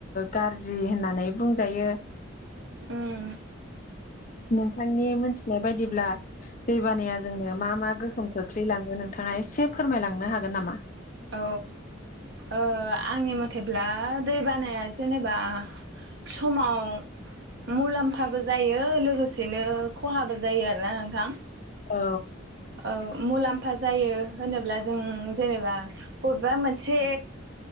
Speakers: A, on the left; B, on the right.
A: गाज्रि होननानै बुंजायो।
B: उम
A: नोंथांनि मोनथिनाय बायदिब्ला दैबानाया जोंनो मा मा गोहोम खोख्लैलाङो नोंथाङा एसे फोरमायलांनो हागोन नामा?
B: औ। ओ आंनि मथेब्ला दै बानाया जेनेबा समाव मुलाम्फाबो जायो, लोगोसेनो खहाबो जायो आरोना नोंथां।
A: औ
B: ओ मुलाम्फा जायो होनोब्ला जों जेनेबा बबेबा मोनसे